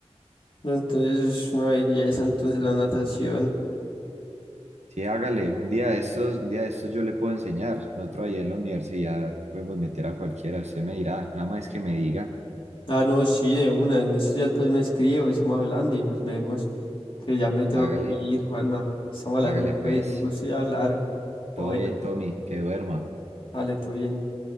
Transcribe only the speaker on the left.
No, Entonces es una belleza, entonces la natación.
Ah, no, sí, de una. En estos días pues me escribo, estamos hablando y nos vemos. Que ya me tengo
que ir, Juanma. Estamos hablando
pues,
un gusto y hablar. O
bueno,
vale, todo bien.